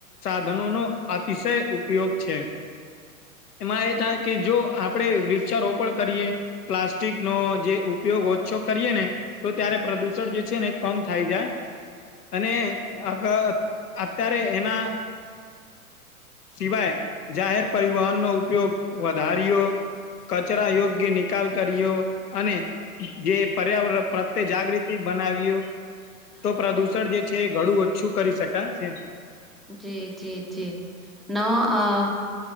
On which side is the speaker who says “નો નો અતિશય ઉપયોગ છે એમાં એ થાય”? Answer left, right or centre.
Left